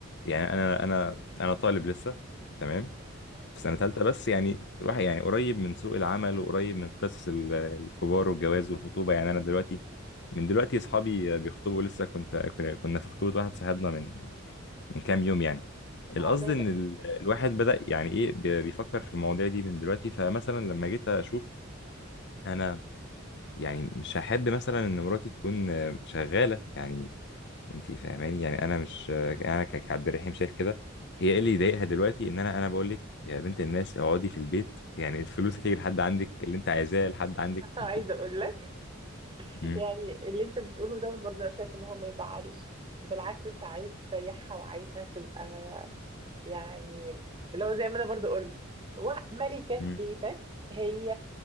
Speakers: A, on the left; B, on the right.
A: يعني انا انا انا طالب لسه تمام
B: مم.
A: في سنه ثالثه بس يعني راح يعني قريب من سوق العمل وقريب من قصص ال- الكبار والجواز والخطوبه يعني انا دلوقتي من دلوقتي اصحابي بيخطبوا لسه كنت كنا في خطوبه واحد صاحبنا من من كام يوم يعني القصد
B: عقبالك
A: ان ال...
B: مم،
A: الواحد بدأ يعني ايه بي- بيفكر في المواضيع دي من دلوقتي فمثلا لما جيت اشوف انا يعني مش هحب مثلا ان مراتي تكون آه، شغالة يعني انت فاهماني يعني انا مش
B: مم،
A: آه،
B: مم.
A: انا ك- كعبد الرحيم شايف كده هي ايه اللي يضايقها دلوقتي ان انا انا بقول لك يا بنت الناس اقعدي في البيت يعني الفلوس هتيجي لحد عندك اللي انت عايزاه لحد عندك
B: <laughs> عايزه
A: انت
B: اقول لك
A: مم.
B: يعني اللي انت بتقوله دوت برضه انا شايف ان هو ما يزعلش بالعكس انت عايز تريحها وعايزها تبقى يعني لو زي ما انا برضه قلت وا- ملكة في
A: مم.
B: بيتك هي